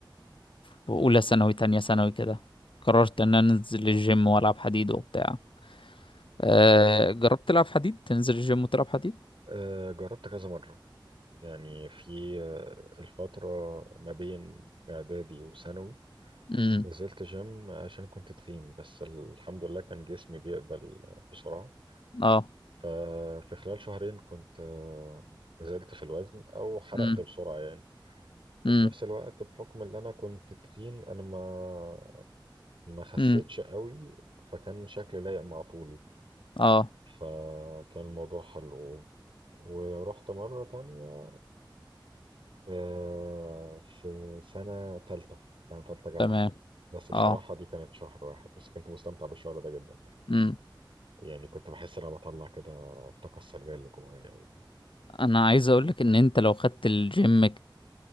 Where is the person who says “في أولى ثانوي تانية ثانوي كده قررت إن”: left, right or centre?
Left